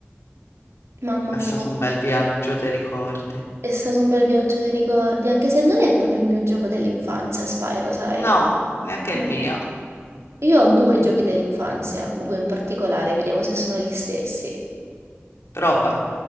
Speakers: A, on the right; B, on the left.
A: Mamma
B: È
A: mia,
B: stato un bel viaggio, te ricordi?
A: è stato un bel viaggio dei ricordi, anche se non è proprio il mio gioco dell'infanzia, Spyro, sai?
B: No, neanche
A: No.
B: il mio.
A: Io ho due giochi dell'infanzia, due in particolare, vediamo se sono gli stessi.
B: Prova.